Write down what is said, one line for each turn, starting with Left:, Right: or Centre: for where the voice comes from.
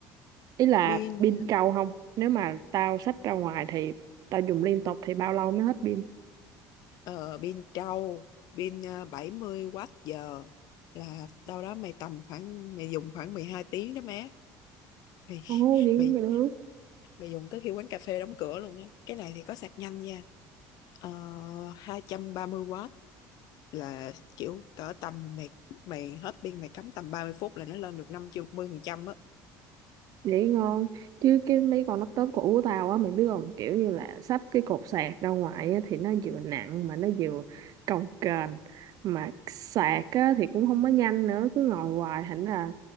Right: Ý là
Left: pin
Right: pin trâu không? Nếu mà tao xách ra ngoài thì tao dùng liên tục thì bao lâu mới hết pin?
Left: ờ, pin trâu pin ờ, bảy mươi watt giờ là đâu đó mày tầm khoảng mày dùng khoảng 12 tiếng đó má mày
Right: Ồ, vậy
Left: <laughs> mày
Right: cũng được.
Left: mày dùng tới khi quán cà phê đóng cửa luôn á cái này thì có sạc nhanh nha ờ, hai trăm ba mươi w là kiểu cỡ tầm mày mày hết pin mày cắm tầm 30 phút là nó lên được năm mươi phần trăm á
Right: Vậy ngon chứ cái mấy con laptop cũ của tao á mày biết không kiểu như là sắp cái cột sạc ra ngoài á, thì nó vừa nặng mà nó vừa cồng kềnh mà sạc á, thì cũng không có nhanh nữa cứ ngồi hoài thành là